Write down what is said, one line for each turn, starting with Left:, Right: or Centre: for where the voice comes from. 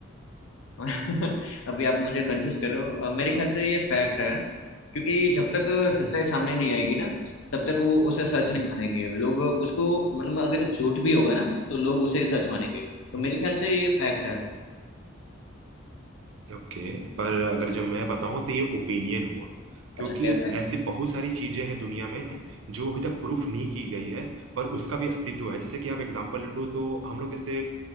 Left: <laughs> अभी आप मुझे कंफ्यूज कर रहे हो अ, मेरे ख्याल से ये फैक्ट है क्योंकि जब तक
Right: हम्म
Left: सच्चाई सामने नहीं आएगी ना तब तक वो उसे सच
Right: हम्म
Left: नहीं
Right: हम्म,
Left: मानेंगे लोग उसको मतलब अगर झूठ भी होगा ना तो लोग उसे सच मानेंगे तो
Right: हम्म।
Left: मेरे ख्याल से ये फैक्ट है
Right: ओके पर अगर जब मैं बताऊं तो ये ओपिनियन हुआ क्योंकि
Left: अच्छा कैसे
Right: ऐसी बहुत सारी चीजें हैं दुनिया में जो अभी तक प्रूफ नहीं की गई है पर उसका भी अस्तित्व है जैसे कि आप एग्जांपल ले लो तो हम लोग जैसे